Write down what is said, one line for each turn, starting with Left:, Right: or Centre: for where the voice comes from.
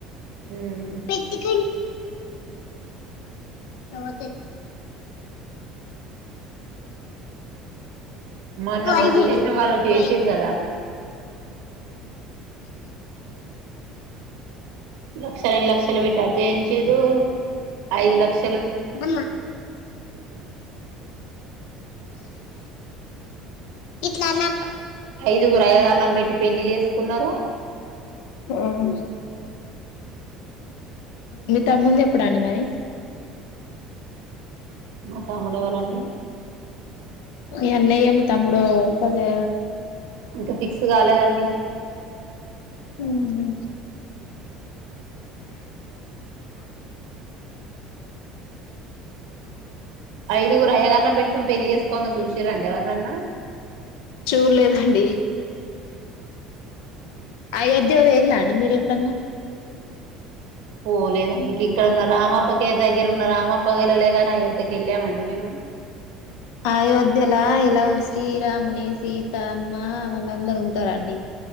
Right: ఉమ్
Left: ప్రతిక నమ తతే
Right: మొన్న
Left: కొ
Right: మా
Left: హు
Right: రిలేషన్ వాళ్ళు చేసిరు కదా లక్ష రెండు లక్షలు బెట్టి అజిచేయించిర్రు ఐదు లక్ష
Left: హు ఇట్లా అన్న
Right: ఐదుగురు అయ్యగార్లని పెట్టి పెళ్లి చేసుకున్నారు
Left: ఆ మీ తమ్మున్ని ది ఎప్పుడు అండి మరి
Right: మా తమ్ముడు ఎవలండి
Left: మీ అన్నయ్య మీ తమ్ముడు ఓ కదా
Right: ఇంకా ఫిక్స్ కాలేదండి
Left: ఉహు
Right: ఐదుగురు అయ్యగారులం పెట్టుకొని పెళ్లిి చేసుకోంగా చూసిరండి ఎవరినన్నా
Left: చూడలేదండి అయోధ్య వేయిళ్ళాండి మీరు ఎప్పుడన్నా
Right: పోలేదండి ఇక్కడన్న రామప ఇగ దగ్గర ఉన్నారు ఆమ పగిలలేగానీ అయోధ్యకి వెళ్ళామండి మేము
Left: అయోధ్యలా ఇలా ఉ శ్రీరాముని సీత అమ్మ వాళ్ళందరు ఉంటారా అండి